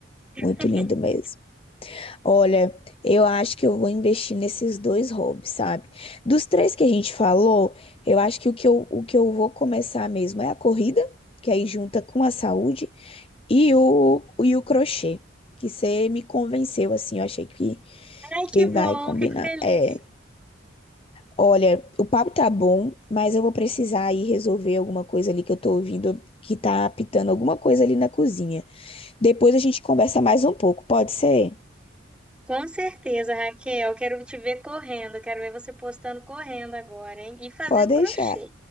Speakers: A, on the left; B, in the centre.
A: Muito
B: <laughs>
A: lindo mesmo. Olha, eu acho que eu vou investir nesses dois hobbies, sabe? Dos três que a gente falou, eu acho que o que eu, o que eu vou começar mesmo é a corrida, que aí junta com a saúde, e o, e o crochê, que você me convenceu, assim, eu achei que,
B: Ai,
A: que
B: que
A: vai
B: bom,
A: combinar.
B: fico feliz.
A: É, olha, o papo tá bom, mas eu vou precisar ir resolver alguma coisa ali que eu tô ouvindo que tá apitando alguma coisa ali na cozinha. Depois a gente conversa mais um pouco, pode ser?
B: Com certeza, Raquel. Quero te ver correndo. Quero ver você postando correndo agora, hein? E fazendo
A: Pode deixar,
B: crochê.